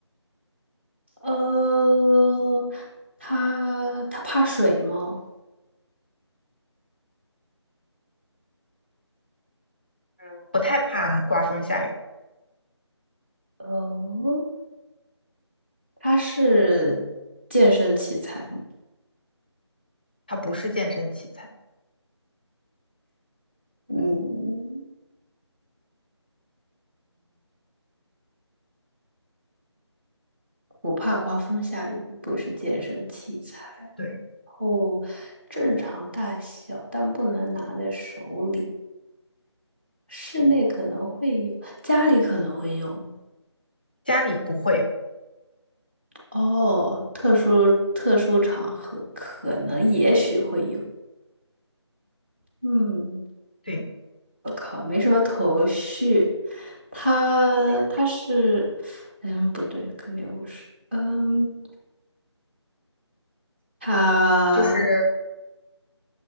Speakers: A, on the right; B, on the left.
A: 呃，它它怕水吗？
B: 嗯，不太怕刮风下雨，
A: 哦，它是健身器材吗？
B: 它不是健身器材，
A: 嗯。不怕刮风下雨，不是健身器材。
B: 对，
A: 后正常大小，但不能拿在手里。室内可能会有，家里可能会有吗
B: 家里不会有，
A: 哦，特殊特殊场合可能也许会有。嗯，
B: 对，
A: 我靠，没什么头绪。他他是，
B: 没什么
A: 嗯，不对，肯定不是。嗯，他
B: 就是